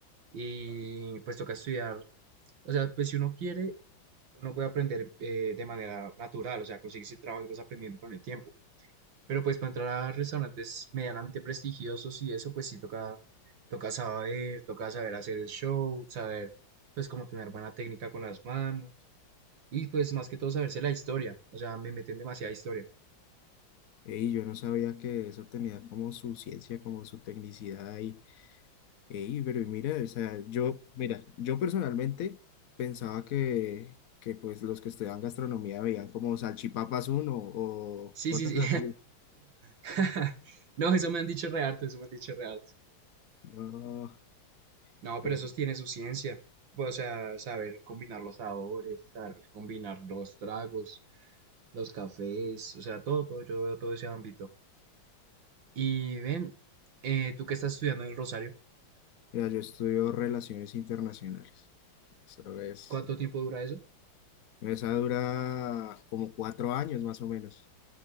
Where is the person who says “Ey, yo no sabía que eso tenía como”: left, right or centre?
Left